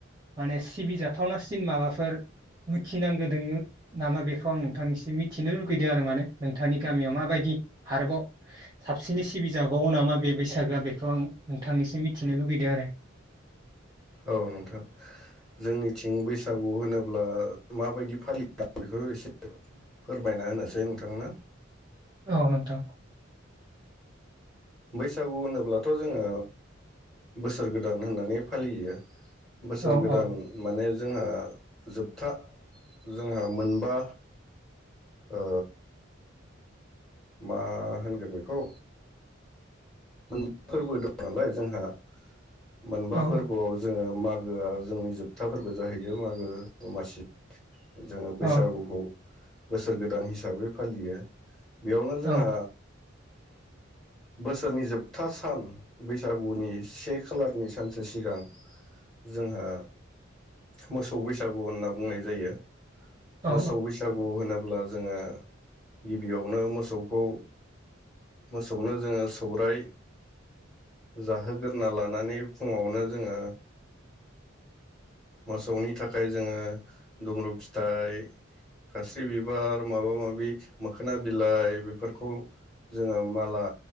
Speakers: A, on the right; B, in the centre.
A: माने सिबिजाथावनासिन माबाफोर मिथिनांगौ दोङो नामा बेखौ आं नोंथांनिसिम मिथिनो लुगैदों आरो माने? नोंथांनि गामियाव माबायदि आरोबाव साबसिनै सिबिजाबावो नामा बे बैसागोआ बेखौ आं नोंथांनिसिम मिथिनो लुगैदों आरो?
B: औ नोंथां जोंनिथिं बैसागु होनोब्ला माबायदि फालियो आं बेखौ एसे फोरमायना होनोसै नोंथांनो।
A: औ नोंथां
B: बैसागु होनोब्लाथ' जोङो बोसोर गोदान होननानै फालियो। बोसोर
A: औ
B: गोदान
A: औ
B: माने ओ जोंहा जोबथा जोंहा मोनबा ओ मा होनगोन बेखौ मोनबा फोरबो दं नालाय जोंहा मोनबा
A: औ
B: फोरबोआव जोङो मा गोआ जोंनि जोबथाफोरबो जाहैयो मागो दमासि। जोङो बैसागुखौ
A: औ
B: बोसोर गोदान हिसाबै फालियो। बेयावनो जोंहा
A: औ
B: बोसोरनि जोब था सान बैसागुनि से खालारनि सानसे सिगां जोंहा मोसौ बैसागु होनना बुंनाय जायो। मोसौ
A: औ
B: बैसागु होनो ब्ला जोङो गिबियावनो मोसौखौ मोसौनो जोङो सौराय जाहोग्रोना लानानै फुङावनो जोङो मोसौनि थाखाय जोङो दुमरू फिथाइ खास्रि बिबार माबा माबि मोखोना बिलाइ बेफोरखौ जोङो माला